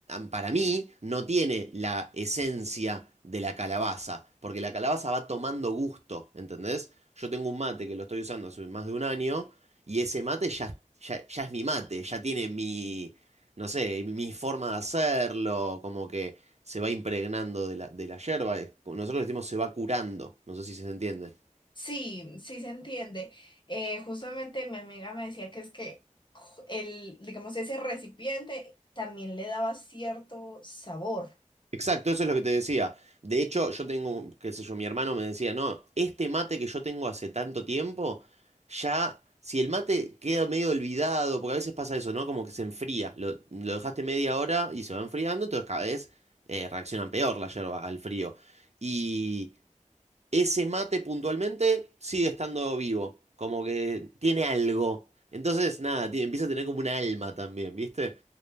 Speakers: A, on the right; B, on the left.
A: para mí no tiene la esencia de la calabaza, porque la calabaza va tomando gusto, ¿entendés? Yo tengo un mate que lo estoy usando hace más de un año y ese mate ya, ya, ya es mi mate, ya tiene mi, no sé, mi forma de hacerlo, como que se va impregnando de la, de la yerba. Nosotros decimos se va curando, no sé si se entiende.
B: Sí, sí se entiende. Eh, justamente mi amiga me decía que es que ju- el, digamos, ese recipiente también le daba cierto sabor.
A: Exacto, eso es lo que te decía. De hecho, yo tengo, qué sé yo, mi hermano me decía, no, este mate que yo tengo hace tanto tiempo, ya, si el mate queda medio olvidado, porque a veces pasa eso, ¿no? Como que se enfría, lo, lo dejaste media hora y se va enfriando, entonces cada vez eh, reaccionan peor la yerba al frío. Y ese mate puntualmente sigue estando vivo, como que tiene algo. Entonces, nada, tiene- empieza a tener como un alma también, ¿viste?